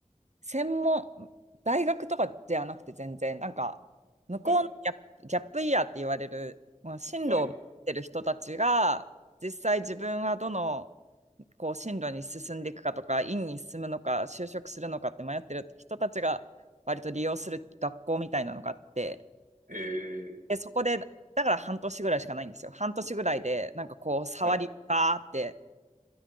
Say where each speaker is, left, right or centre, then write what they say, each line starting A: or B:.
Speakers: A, on the right; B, on the right.
A: 専門、大学とかじゃなくて全然、なんか、向こうのギャップ、
B: はい。
A: ギャップイヤーって言われる、まあ進路を持ってる人たちが、
B: はい。
A: 実際自分はどの、こう、進路に進んでいくかとか、院に進むのか、就職するのかって迷ってる人たちが、割と利用する学校みたいなのがあって、
B: えー
A: で、そこで、だから半年ぐらいしかないんですよ。半年ぐらいで、なんかこう、触り、
B: はい。
A: バーって、